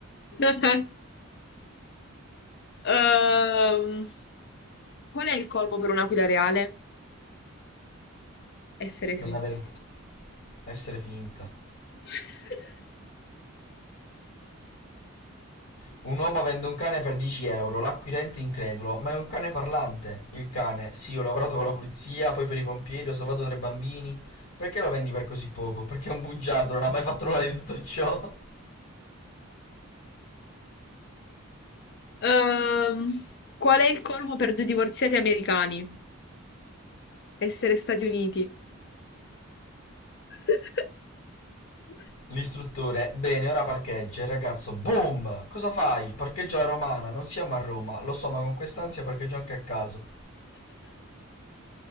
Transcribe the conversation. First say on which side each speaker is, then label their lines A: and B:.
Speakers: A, on the left; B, on the left.
A: <laughs> Ehm, qual è il colmo per un'aquila reale? Essere finta.
B: Non avere... essere finta.
A: <laughs>
B: Un uomo vende un cane per 10 euro, l'acquirente incredulo, ma è un cane parlante. Il cane, sì, ho lavorato con la polizia, poi per i pompieri, ho salvato tre bambini. Perché lo vendi per così poco? Perché è un bugiardo, non ha mai fatto nulla di tutto ciò.
A: Ehm, qual è il colmo per due divorziati americani? Essere Stati Uniti. <laughs>
B: L'istruttore, bene, ora parcheggia. Il ragazzo, boom! Cosa fai? Parcheggia la romana, non siamo a Roma, lo so, ma con quest'ansia parcheggio anche a caso.